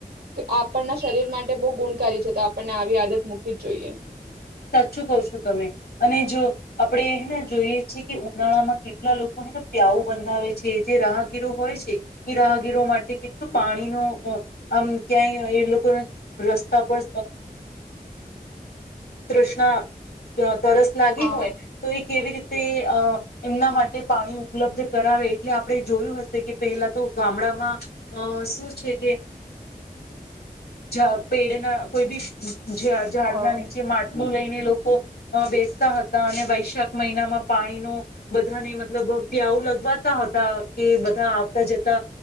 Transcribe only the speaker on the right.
આપણના શરીર માટે બહ ગુણકારી છે તો આપણને આવી આદત મૂકવી જ જોઈએ.
હા
હા